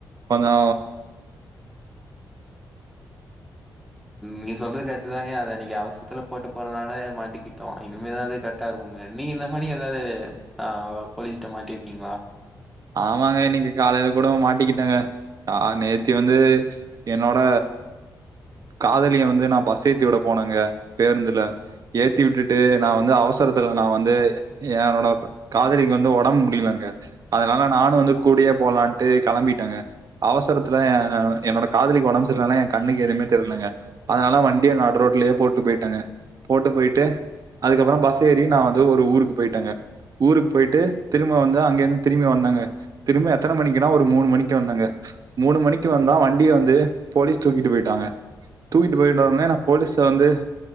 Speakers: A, on the right; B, in the centre.
A: கொஞ்சோ
B: நீங்க சொல்றது கரெக்டு தாங்க அத அன்னைக்கு அவசத்துல போட்டு போறதுனால மாட்டிக்கிட்டோ இனிமேதா அதாது க டருவுங்க நீங்க இந்த மாரி ஏதாவது ஆ போலீஸ்ட்ட மாட்டி இருக்கீங்களா
A: ஆமாங்க இன்னகி காலையில கூட மாட்டிக்கிட்டேங்க ஆ நேத்தி வந்து என்னோட காதலிய வந்து நா பஸ் ஏத்தி விட போனேங்க பேருந்துல ஏத்தி விட்டுட்டு நா வந் து அவசோரத்துல நா வந்து என்னோட காதலிக்கு வந்து ஒடம்பு முடியலெங்க அதனால நானு வந்து கூடயே போலான்ட்டு கெளம்பிட்டேங்க அவசரத்துல எ என்னோட காதலிக்கு ஒடம்பு செரியல்லைனனோ என் கண்ணுக்கு எதுவுமே தெர்லங்க அதனால வண்டிய நடு ரோட்லயே போட்டு போயிட்டேங்க போட்டு போயிட்டு அதுக்கப்புறோ பஸ் ஏரி நா வந்து ஒரு ஊருக்கு போயிட்டேங்க ஊருக்கு போயிட்டு திரும்ப வந்து அங்கேந்து திரும்பி வந்தெங்க திரும்பி எத்தன மணிக்கக்குனா ஒரு மூணு மணிக்கு வந்தெங்க மூணு மணிக்கு வந்தா வண்டிய வந்து போலீஸ் தூக்கிட்டு போயிட்டாங்க தூக்கிட்டு போயிட்டோனே வே நா போலீஸ்ல வந்து